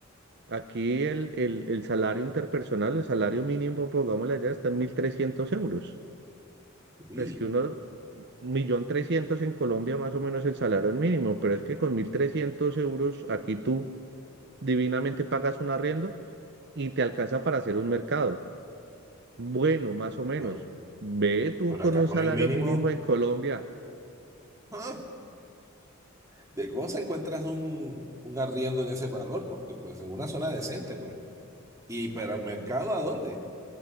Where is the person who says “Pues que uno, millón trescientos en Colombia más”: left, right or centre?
Right